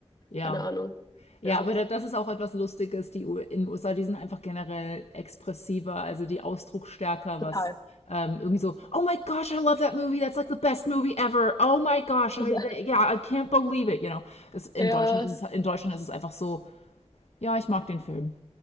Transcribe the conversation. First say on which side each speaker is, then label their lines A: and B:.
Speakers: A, on the left; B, on the left.
A: Ja.
B: keine Ahnung,
A: Ja,
B: ja,
A: aber da- das ist auch etwas Lustiges. Die U in den USA, die sind einfach generell expressiver, also die ausdrucksstärker,
B: total.
A: was ähm, irgendwie so, oh my gosh, I love that movie, that's like the best movie ever. Oh my gosh, I,
B: <laughs>
A: yeah, I can't believe it, you know. Es, in
B: Ja,
A: Deutschland ist es, in Deutschland ist es einfach so, ja, ich mag den Film.